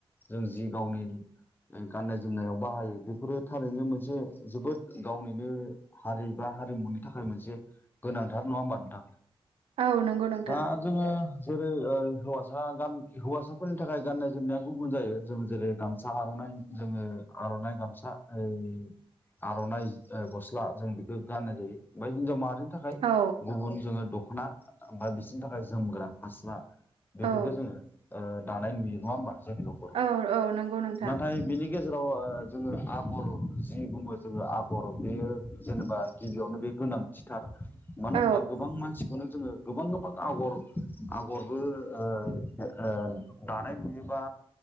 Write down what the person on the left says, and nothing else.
जों जि गावनि ओ गाननाय जोमनायाव बाहायो बेफोरो थारैनो मोनसे मोनसे जोबोद गावनिनो हारि बा हारिमुनि थाखाय मोनसे गोनांथार नङा होमबा नोंथां
दा जोङो जेरै ओ हौवासा गान हौवासाफोरनि थाखाय गाननाय जोमनाया गुबुन जायो जों जेरै गामसा आर'नाइ जोङो आर'नाइ गामसा ओ आर'नाइ ओ गस्ला जों बेखौ गाननाय जायो ओमफ्राय हिनजाव माहारि थाखाय
गुबुन जोङो दख'ना बा बिसोरनि थाखाय जोमग्रा फास्रा बेफोरखौ
जोङो ओ दानाय नुयो नङा होमबा जों न'खर
नाथाय बिनि गेजेराव ओ जोङो आगर जि बुङो जोङो आगर बेयो जेनेबा गिबियावनो बे गोनांथिथार मानो
होमब्ला गोबां मानसिखौनो जोङो गोबां गोबां आगर आगरबो ओ - ओ दानाय नुयोबा